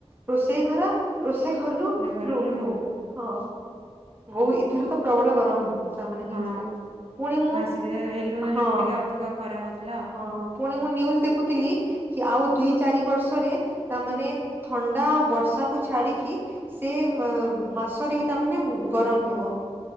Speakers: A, on the right (about 20°); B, on the right (about 65°).
A: ରୋଷେଇ ଘର ରୋଷେଇ ଘର ରୁ
B: ଘରରୁ
A: ରୁମ
B: ରୁମ୍
A: କୁ ହଁ ଓଃ ଏଥର ତ ପ୍ରବଳ ଗରମ ତା ମାନେ
B: ହଁ
A: ହେଇଥିଲା ପୁଣି ମୁଁ
B: <inaudible>
A: ହଁ
B: ଯୋଗୁ ଟିକେ ଅଧିକ ଖରା ହଉଥିଲା ଆଉ
A: ହଁ ପୁଣି ମୁଁ ନିଉଜ ଦେଖୁଥିଲି କି ଆଉ ଦୁଇ ଚାରି ବର୍ଷରେ ତାମାନେେ ଥଣ୍ଡା ଆଉ ବର୍ଷାକୁୁ ଛାଡିକି ସେ ମା ମାସରେ ବି ତା ମାନେ ଗରମ ହେବ।